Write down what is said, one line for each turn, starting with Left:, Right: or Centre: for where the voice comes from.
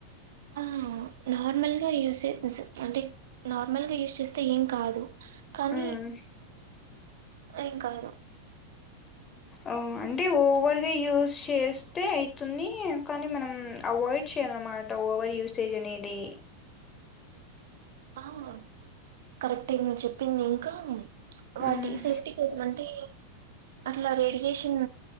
Right: ఆహ్ నార్మల్గా యూస్ చే యూస్ అంటే నార్మల్గా యూస్ చేస్తే ఏం కాదు కానీ
Left: ఉమ్
Right: ఏంకాదు
Left: ఓ అంటే ఓవర్గా యూస్ చేస్తే అయితుంది కానీ మనం అవాయిడ్ చెయ్యాలాన్నమాట ఓవర్ యూసేజనేది
Right: ఆహ్ కరెక్టే నువ్వు చెప్పింది ఇంకా వాటి
Left: ఉమ్
Right: సేఫ్టీ కోసమంటే అట్లా రేడియేషన్